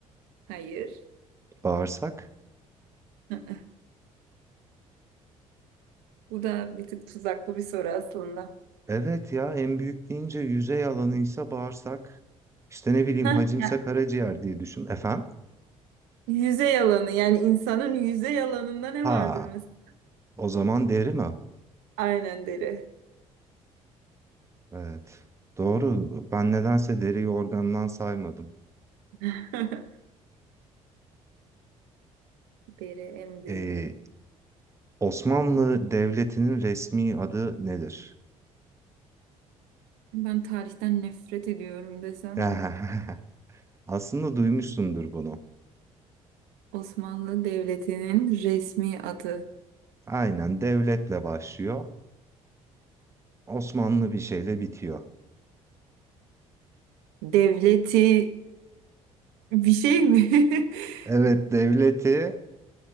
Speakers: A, on the right; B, on the right.
A: Hayır.
B: bağırsak.
A: <laughs> Hı hı. Bu da bir tık tuzaklı bir soru aslında.
B: Evet ya en büyük deyince yüzey alanıysa bağırsak. İşte ne bileyim
A: <laughs>
B: hacimse
A: Hah, ya,
B: karaciğer diye düşün. Efendim?
A: yüzey alanı yani insanın yüzey alanında ne
B: Ha,
A: vardır mesela?
B: o zaman deri mi?
A: Aynen deri.
B: Evet. Doğru. Ben nedense deriyi organdan saymadım.
A: <laughs> Deri en büyüğü.
B: Ee, Osmanlı Devleti'nin resmi adı nedir?
A: Ben tarihten nefret ediyorum desem
B: <laughs> Aslında duymuşsundur bunu.
A: Osmanlı Devleti'nin resmi adı.
B: Aynen devletle başlıyor. Osmanlı bir şeyle bitiyor.
A: Devleti bir şey mi? <laughs>
B: Evet devleti